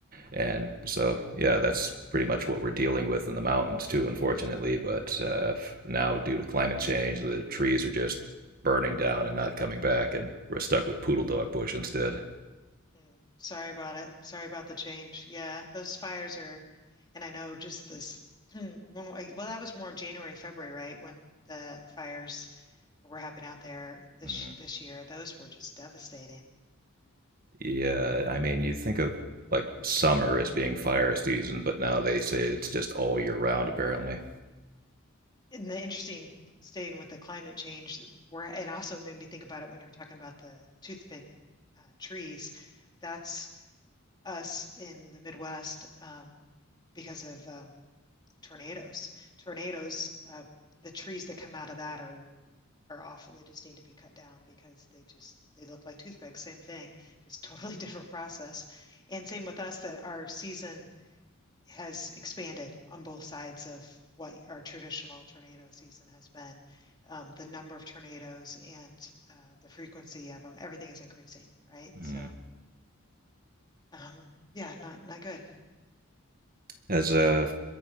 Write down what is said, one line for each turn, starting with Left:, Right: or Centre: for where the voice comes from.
Right: And so, yeah, that's pretty much what we're dealing with in the mountains too, unfortunately. But uh, now, due to climate change, the trees are just burning down and not coming back, and we're stuck with poodle dog bush instead.
Left: Mm. Sorry about it. Sorry about the change. Yeah, those fires are, and I know just this <clears throat> one. Well, that was more January, February, right? When the fires were happening out there this
Right: Mhm.
Left: this year, those were just devastating.
Right: Yeah, I mean, you think of like summer as being fire season, but now they say it's just all year round, apparently.
Left: And the interesting, staying with the climate change, where and also it made me think about it when you were talking about the toothpick uh, trees. That's us in the Midwest um, because of um, tornadoes. Tornadoes, uh, the trees that come out of that are are awful. They just need to be cut down because they just they look like toothpicks. Same thing, just <laughs> totally different process. And same with us that our season has expanded on both sides of what our traditional tornado season has been. Um, the number of tornadoes and uh, the frequency of them, everything is increasing, right?
Right: Mhm.
Left: So, um, yeah, not not good.
Right: Has uh,